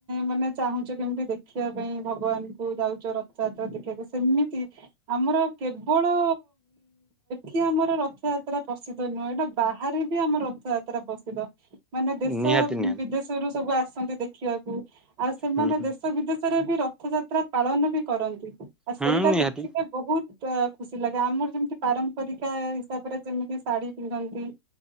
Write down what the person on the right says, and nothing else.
ମାନେ ଚାହୁଁଚ କେମିତି ଦେଖିବା ପାଇଁ ଭଗବାନ ଙ୍କୁ ଯାଉଚ ର ଯାତ୍ର ଦେଖିବାକୁ। ସେମିତି ଆମର କେବଳ କି ଆମର ରଥଯାତ୍ରା ପ୍ରସିଦ୍ଧ ନୁହଁ। ଏଟା ବାହାରେ ବି ଆମର ରଥଯାତ୍ରା ପ୍ରସିଦ୍ଧ। ମାନେ ଦେଶ
ବିଦେଶରୁୁ ସବୁ ଆସନ୍ତି ଦେଖିବାକୁ। ଆଉ ସେମାନେ
ଦେଶ ବିଦେ ରେ ବି ରଥଯାତ୍ରା ପାଳନ ବି କରନ୍ତି। ଆଉ
ସେଇଟା
ଦେଖିବା ବହୁତ୍ ଖୁସି ଲାଗେ। ଆମର ଯେମିତି ପାରମ୍ପରିକା ହିସାବରେ ଯେମିତି ଶାଢୀ ପିନ୍ଧନ୍ତି